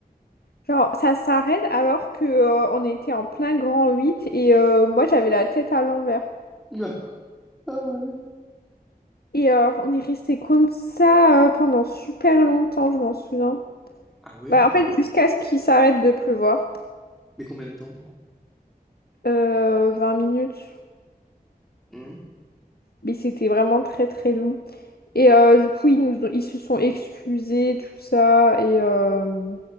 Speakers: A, on the left; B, in the centre.
A: Genre, ça s'arrête alors que euh, on était en plein grand 8. et euh, moi, j'avais la tête à l'envers.
B: Ah ah ouais.
A: Et euh, on est resté comme ça euh, pendant super longtemps, je m'en souviens.
B: Ah ouais?
A: Bah, en fait, jusqu'à ce qu'il s'arrête de pleuvoir.
B: Mais combien de temps?
A: Euh, 20 minutes.
B: Mhm.
A: Mais c'était vraiment très très long. Et euh, du coup, ils nous ont- ils se sont excusés, tout ça. Et, euh,